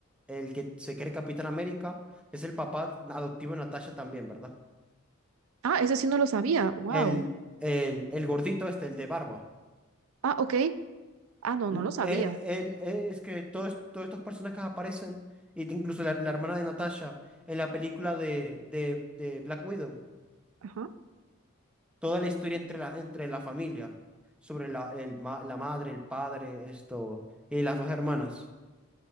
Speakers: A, in the centre; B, on the right.
A: el que se cree Capitán América es el papá adoptivo de Natasha también, ¿verdad?
B: Ah, eso sí no lo sabía. Wow.
A: El, el, el gordito este, el de barba.
B: Ah, ok. Ah, no,
A: Mm,
B: no lo sabía.
A: eh, Él, eh, es que todos, todos estos personajes aparecen, y te- incluso la, la hermana de Natasha en la película de, de, de Black Widow.
B: Ajá.
A: Toda la historia entre la, entre la familia, sobre la, el ma- la madre, el padre, esto, y las dos hermanas.